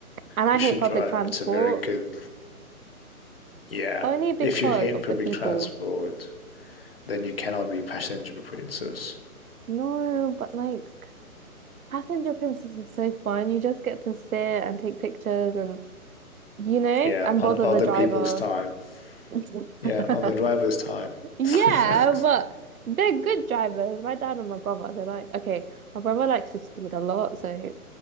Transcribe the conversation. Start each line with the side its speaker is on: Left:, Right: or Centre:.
Right: And I
Left: You
Right: hate
Left: should
Right: public
Left: drive.
Right: transport
Left: It's a very good. Yeah,
Right: only because
Left: if you hate
Right: of
Left: public
Right: the people
Left: transport, then you cannot be passenger princess.
Right: No, but like Passenger Princess is so fun. You just get to sit and take pictures and, you know,
Left: Yeah,
Right: and
Left: on
Right: bother
Left: other
Right: the driver.
Left: people's time.
Right: <laughs>
Left: Yeah, on the driver's time.
Right: Yeah,
Left: <laughs>
Right: but they're good drivers. My dad and my brother, they're like, okay, my brother likes to speed a lot, so